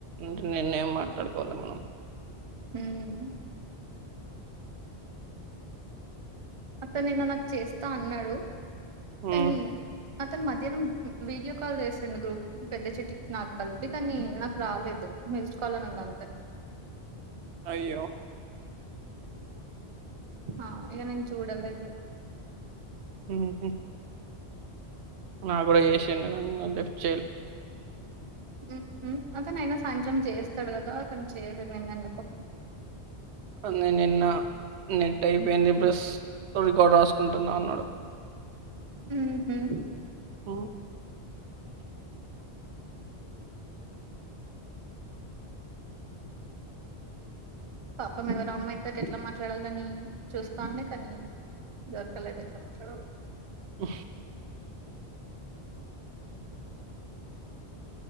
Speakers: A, on the right; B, on the right.
A: అంటే నిన్నేం మాట్లాడుకోలే మనం
B: ఉమ్మ్ అతను నిన్న నాకు చేస్తా అన్నాడు
A: ఉమ్
B: కానీ అతను మధ్యాహ్నం వీడియో కాల్ చేసిండు గ్రూప్ పెద్ద చెట్టికి నాకు కలిపి కానీ నాకు రాలేదు మిస్డ్ కాల్ అనుంది అంతే
A: అయ్యో
B: ఆ ఇగా నేను చూడలేదు
A: మ్మ్ఉహ్మ నాక్కూడా చేసిండు కానీ నేను లీఫ్ట్
B: మ్మ్ఉహ్మ్ అతనైనా సాయంత్రం చేస్తాడు కదా కాని చేయలేదు నిన్న ఎందుకో
A: అన్ని నిన్న నెట్ అయిపోయింది ప్లస్ రికార్డ్ రాసుకుంటున్నా అన్నాడు
B: మ్మ్ఉహ్మ్
A: ఉమ్,
B: పాపం ఎవరో అమ్మాయి తోటి ఎట్లా మాట్లాడాలని చూస్తా ఉండే కానీ దొరకలేదు ఎట్ల మాట్లాడాలో
A: హ్